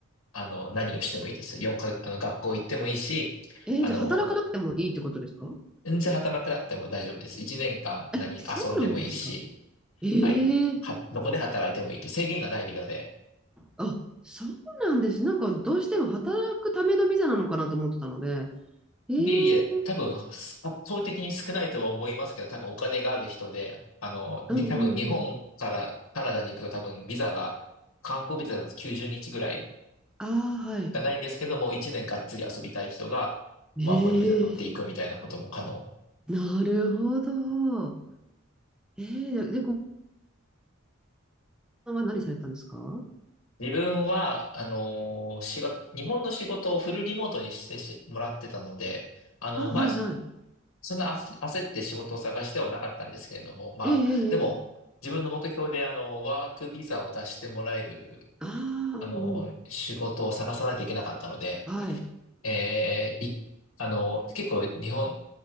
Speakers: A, on the left (about 75°); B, in the centre.
A: あの、何をしてもいいです。4か、あの、学校行ってもいいし、
B: えーじゃあ働かなくてもいいってことですか
A: あのー、全然働かなくなっても大丈夫です。1年間何遊んでもいいし、
B: え、そうなんですかええ
A: はい、は、どこで働いてもいいって制限がないビザで。
B: あ、そうなんです。なんかどうしても働くためのビザなのかなと思ってたので。ええ
A: いえいえ、多分、圧倒的に少ないとは思いますけど、多分お金がある人で、あの、に多分日本からカナダに行くと多分ビザが、
B: うんうんうん。
A: 観光ビザだと90日ぐらい
B: ああ、はい。
A: がないんですけども、1年がっつり遊びたい人がワーホリビザ取っていくみたいなことも可能。
B: ええなるほど。ええで、で後半は何されたんですかあ、
A: 自分は、あのー仕事、日本の仕事をフルリモートにしてしもらってたので、あの、
B: はいはい。
A: まあ、そんな焦焦って仕事を探してはなかったんですけれども、まあ、
B: ええええええ
A: でも、自分の目標で、あの、ワークビザを出してもらえる、
B: ああ、
A: あの、
B: うんうん。
A: 仕事を探さないといけなかったので、
B: はい。
A: えーい、あの、結構日本、